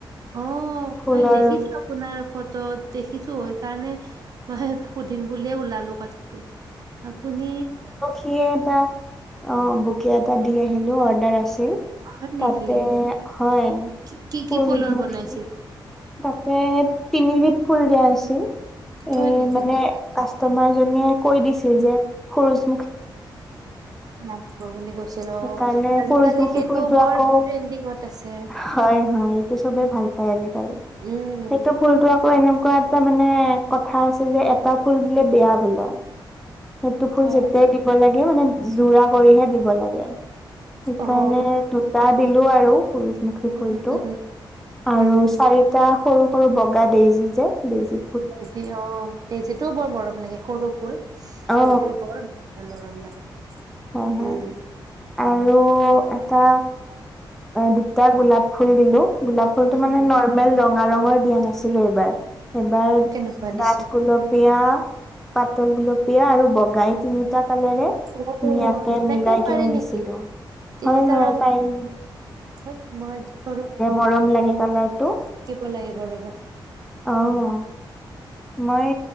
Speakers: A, on the right; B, in the centre.
A: অ',
B: ফুলৰ
A: মই দেখিছো আপোনাৰ ফটোত দেখিছো সেইকাৰণে মই সুধিম বুলিয়ে ওলালো কথাত আপুনি
B: সেয়ে এটা অ বুকে এটা দি আহিলো অৰ্ডাৰ আছিল
A: হয় নেকি?
B: তাতে হয়
A: কি কি
B: সূৰ্যমুখী
A: কি ফুলৰ বনাইছিল?
B: তাতে তিনিবিধ ফুল দিয়া হৈছিল এ
A: হয় নেকি
B: মানে
A: কি কি
B: কাষ্টমাৰ জনে কৈ দিছিল যে সুৰুয
A: লাগিব বুলি কৈছিল
B: সেইকাৰণে
A: অ আজিকালি
B: সূৰুযমুখী
A: সেইটো
B: ফুলটো
A: বৰ
B: আকৌ
A: ট্ৰেণ্ডিঙত আছে
B: হয় হয় এইটো চবে ভাল পায় আজিকালি
A: উম
B: সেইটো ফুলটো আকৌ এনেকুৱা এটা মানে কথা আছে যে এটা ফুল দিলে বেয়া বোলে সেইটো ফুল
A: অ
B: যেতিয়াই দিব লাগে মানে জোৰা কৰিহে দিব লাগে সেইকাৰণে
A: উম
B: দুটা দিলো আৰু সূৰুজমুখী ভৰিটো
A: উম উম
B: আৰু
A: উম
B: চাৰি এটা সৰু সৰু বগা দেইজি যে দেইজি
A: দেইজী অ দেইজীটোও বৰ মৰম লাগে সৰু ফুল
B: অ
A: যদিও বৰ ধুনীয়া মৰম লাগে
B: হয় হয়
A: উম
B: আৰু এটা দুটা গোলাপ ফুল দিলো গোলাপ ফুলটো
A: উম
B: মানে নৰ্মেল ৰঙা ৰঙৰ দিয়া নাছিলো এইবাৰ এবাৰ
A: কেনেকুৱা দিছে
B: ডাঠ গুলপীয়া পাতল গুলপীয়া আৰু বগাই তিনিটা কালেৰে ধুনীয়াকে
A: অ তেনেকৈও
B: মিলাই
A: পাৰে
B: কিনে দিছিলো
A: নেকি তিনিটা
B: হয় হয়
A: ৰং
B: পাৰিম।
A: হয় মই ব
B: মৰম লাগে কালাৰটো
A: শিকিব লাগিব ৰ'ব <inaudible>
B: অ' মই